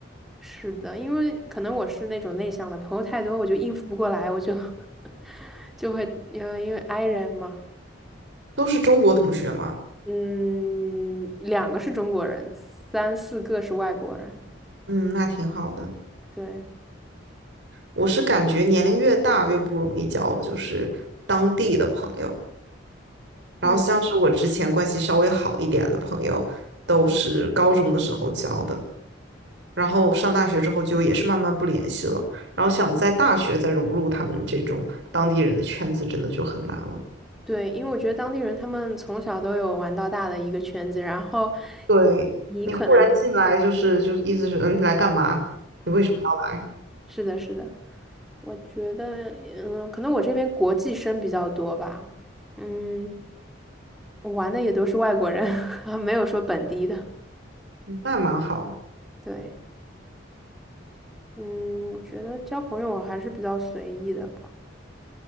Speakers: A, in the centre; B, on the right.
A: 是的，因为可能我是那种内向的，朋友太多我就应付不过来，我就 <laughs> 就会因为因为 i 人嘛，
B: 都是中国同学嘛，
A: 嗯，两个是中国人，三四个是外国人。
B: 嗯，那挺好的。
A: 对，
B: 我是感觉年龄越大越不容易交，就是当地的朋友。
A: 嗯，
B: 然后像是我之前关系稍微好一点的朋友，都是高中的时候交的，然后上大学之后就也是慢慢不联系了。然后想在大学再融入他们这种当地人的圈子，真的就很难了。
A: 对，因为我觉得当地人他们从小都有玩到大的一个圈子，然后
B: 对，
A: 你可能
B: 你忽然进来，就是就意思是，嗯，你来干嘛？你为什么要来？
A: 是的，是的。我觉得，嗯，可能我这边国际生比较多吧，嗯，我玩的也都是外国人，<laughs> 没有说本地的。
B: 那蛮好。
A: 对，嗯，我觉得交朋友我还是比较随意的吧，